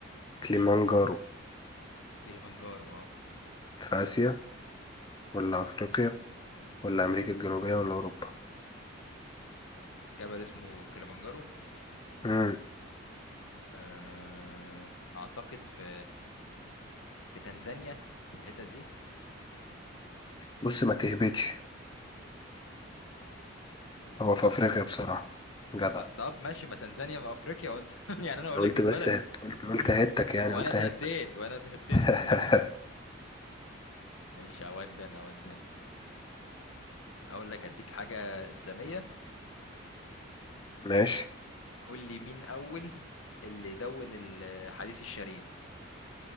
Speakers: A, on the left (about 20°); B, on the left (about 80°).
A: كليمانجارو
B: كليمانجارو اه
A: في آسيا ولا أفريقيا ولا أمريكا الجنوبية ولا أوروبا
B: جبل اسمه كليمانجارو
A: مم.
B: آه اعتقد في في تنزانيا في الحتة دي
A: بص ما تهبطش
B: آه
A: هو في أفريقيا بصراحة جدع
B: طب ماشي ما تنزانيا في افريقيا وانت <laughs> يعني انا اقول
A: أنا قلت
B: لك البلد
A: بس قلت قلت
B: <laughs>
A: هتك يعني
B: وانا
A: قلت
B: اتهتيت
A: هت
B: وانا اتهتيت
A: <laughs>
B: <laughs> ماشي اودن اودن اقول لك اديك حاجة اسلامية
A: ماشي
B: قول لي مين أول اللي دون الحديث الشريف